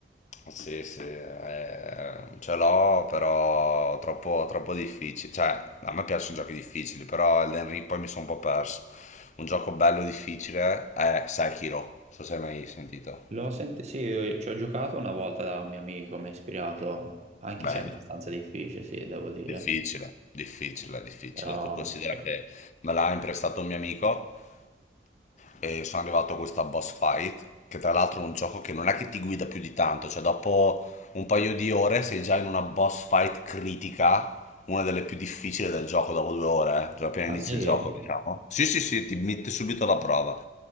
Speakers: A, on the left (about 40°); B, on the right (about 40°).
A: sì, sì, eh, ce l'ho, però troppo, troppo difficile. Cioè, a me piacciono i giochi difficili, però Elden Ring poi mi sono un po' perso. Un gioco bello difficile è Sekiro, non so se hai mai sentito.
B: L'ho sent- sì, io ci ho giocato una volta da un mio amico, mi ha ispirato, anche
A: Bello.
B: se è abbastanza difficile, sì, devo dire.
A: Difficile, difficile, difficile.
B: Però...
A: Tu considera
B: eh,
A: che me l'ha imprestato un mio amico e sono arrivato a questa boss fight, che tra l'altro è un gioco che non è che ti guida più di tanto, cioè dopo un paio di ore sei già in una boss fight critica una delle più difficili del gioco dopo due ore, eh, già appena
B: Ah
A: inizia
B: sì?
A: il gioco, diciamo. Sì, sì, sì, ti mette subito alla prova.